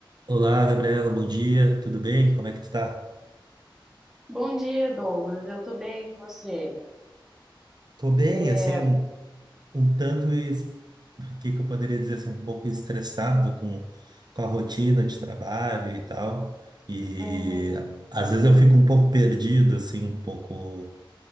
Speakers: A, on the right (about 55°); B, in the centre.
A: Olá, Gabriela, bom dia, tudo bem? Como é que tu tá?
B: Bom dia, Douglas. Eu tô bem, e você?
A: Tô bem,
B: É,
A: assim, um tanto, es- o que que eu poderia dizer, assim, um pouco estressado com, com a rotina de trabalho e tal, e
B: uhum,
A: às vezes eu fico um pouco perdido, assim, um pouco...